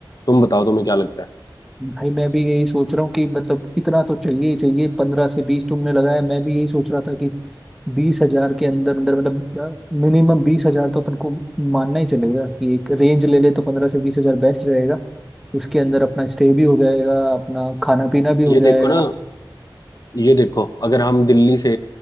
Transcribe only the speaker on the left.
तुम बताओ तुम्हें क्या लगता है
ये
देखो ना ये देखो अगर हम दिल्ली से